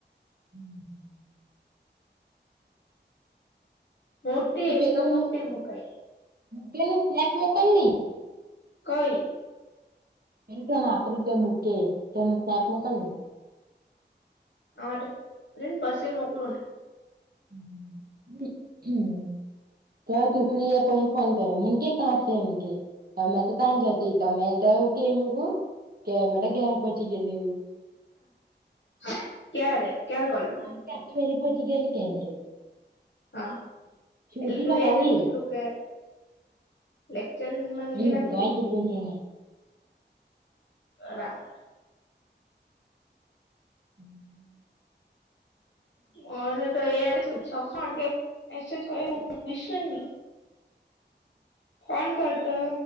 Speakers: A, on the right; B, on the left.
A: હમ
B: મોટી
A: એ
B: એક
A: પેલું
B: તો મોટી મુકાઈ
A: પેલ સ્નેપ મોકલને
B: કોઈ
A: એ રીતે આપડ રીતે બુક કે એું સ્નેપ મોકલ ને
B: હા બસે મોકલો ને
A: હ હમ તો તુછલી પછ ફોન કરો મ કે કશે એમ કે અમે તો તં જાતી તમે તો કેમી ક કેમે ઘેરે પછી ગેલી હુ
B: હ ક્યારે ક્યારે કોળ
A: ન આપલી બેલી પોછી ગેલી કેમ કે
B: હા
A: સુઈતી
B: એટલે તું
A: ને પહી
B: એને કેટલું કે લેકચર મ
A: હમ્મ
B: ગલામ ન
A: કાંઈ કીધું ની એને
B: બરાબર
A: હમ
B: ઓ તો એટલ છ ખ વાગે એસેજ કયો પુઈસરની ફોન કરતો